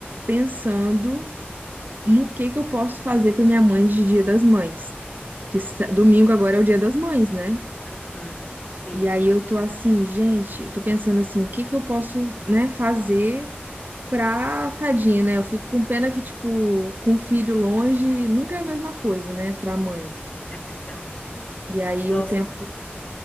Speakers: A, on the right; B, on the left.
A: pensando no que que eu posso fazer pra minha mãe de Dia das Mães. Que sa-
B: Uhum.
A: domingo agora é o Dia das Mães, né?
B: Aham, sim,
A: E aí eu tô assim, gente, tô pensando assim, o que que eu posso, né, fazer pra tadinha, né? Eu fico com pena que, tipo, com filho longe nunca é a mesma coisa, né, pra mãe.
B: é verdade.
A: E aí
B: Nossa,
A: eu tento.
B: é verdade.